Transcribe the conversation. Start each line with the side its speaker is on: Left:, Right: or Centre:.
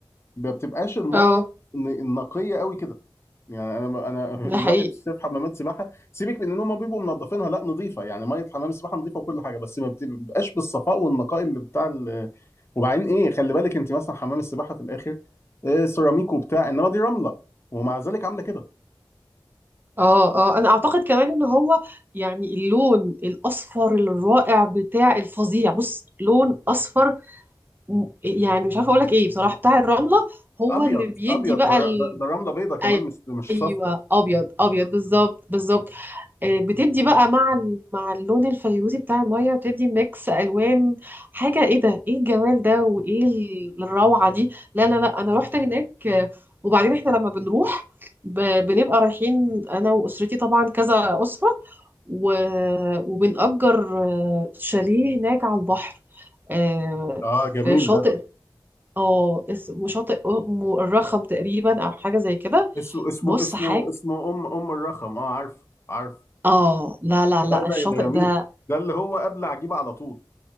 Left: ما بتبقاش الميه
Right: اه
Left: ن- النقيه قوي كده يعني انا انا <laughs>
Right: ده
Left: الواحد
Right: حقيقي
Left: في حمامات سباحه سيبك من ان هم بيبقوا منظفينها لا نظيفه يعني ميه حمام السباحه نظيفه وكل حاجه بس ما بتبقاش بالصفاء والنقاء اللي بتاع ال... وبعدين ايه خلي بالك انت مثلا حمام السباحه في الاخر إيه سيراميك وبتاع انما دي رمله ومع ذلك عامله كده
Right: اه اه انا اعتقد كمان ان هو يعني اللون الاصفر الرائع بتاع الفظيع بص لون اصفر م- يعني مش عارفه اقول لك ايه بصراحه بتاع الرمله هو
Left: ابيض
Right: اللي بيدي
Left: ابيض
Right: بقى
Left: ده,
Right: ال...
Left: ده, ده رمله بيضه كمان
Right: أي-
Left: مش مش
Right: ايوه
Left: صفرا
Right: ابيض ابيض بالظبط بالظبط آه، بتدي بقى مع ال- مع اللون الفيروزي بتاع المية بتدي ميكس ألوان حاجة ايه ده ايه الجمال ده وايه ال- الروعة دي لا لا لا انا رحت هناك آه، وبعدين احنا لما بنروح ب- بنبقى رايحين انا واسرتي طبعا كذا أسرة و- وبنأجر آه، شاليه هناك على البحر آه،
Left: اه جميل
Right: في شاطئ
Left: ده
Right: اه اسمه شاطئ ام الرخم تقريبا او حاجة زي كده
Left: اسمه اسمه
Right: بص
Left: اسمه
Right: حاجة
Left: اسمه ام ام الرخم اه عارف عارف
Right: اه لا لا لا
Left: لا ده
Right: الشاطئ
Left: ده جميل
Right: ده
Left: ده اللي هو قبل عجيبه على طول